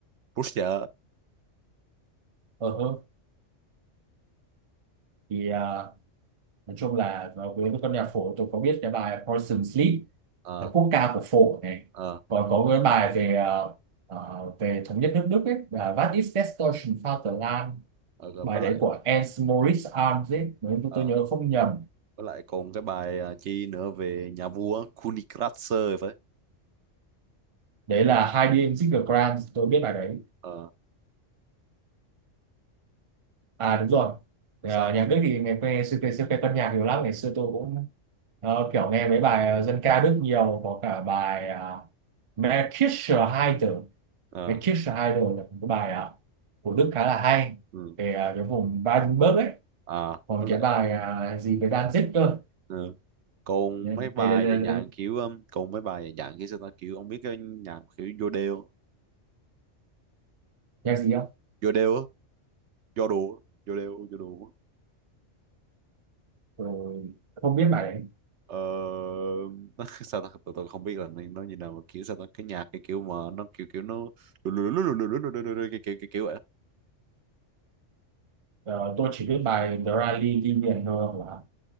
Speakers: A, on the right; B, on the right.
A: Russia
B: ờ hơ. thì à, nói chung là nó với con nhạc phổ tôi có biết cái bài Poison Sleep
A: ờ
B: là quốc ca của phổ này
A: ờ
B: còn có cái bài về ờ, ờ, về thống nhất nước Đức ấy là What is Destruction Vaterland
A: ờ, rồi
B: bài
A: với
B: đấy
A: lại
B: của Ernst Moritz Arndt ấy nếu tôi,
A: ờ,
B: tôi nhớ không nhầm
A: với lại còn cái bài à, chi nữa về nhà vua Königsklasse phải
B: đấy là Heidi im Grant tôi biết bài đấy
A: ờ
B: à đúng rồi Ờ,
A: sao
B: nhạc Đức thì ngày xưa xưa, xưa cái con nhạc nhiều lắm ngày xưa tôi cũng ờ, kiểu nghe mấy bài dân ca Đức nhiều có cả bài uh, Märkische Heide
A: ờ
B: cái Kiss the Idol là một cái bài à,
A: ừ.
B: của Đức khá là hay
A: ừ,
B: về à, cái vùng Baden-Württemberg ấy
A: à
B: còn
A: với
B: cái
A: lại
B: bài à, gì về Danzig cơ
A: ừ. còn
B: đây
A: mấy bài
B: đây đây, đây,
A: dạng dạng
B: đây.
A: kiểu um, còn mấy bài dạng dạng kiểu sao ta kiểu ông biết cái nhạc kiểu vô đeo
B: nhạc gì không
A: vô đeo á vô đùa vô đeo vô đùa
B: ừ, không biết bài đấy
A: ờ <laughs> sao ta tôi, tôi không biết là nên nó như nào mà kiểu sao ta cái nhạc cái kiểu mà nó kiểu kiểu nó lù lù lù lù lù lù lù lù lù lù, cái kiểu kiểu kiểu vậy
B: Ờ, tôi chỉ biết bài The Rally đi biển thôi hoặc là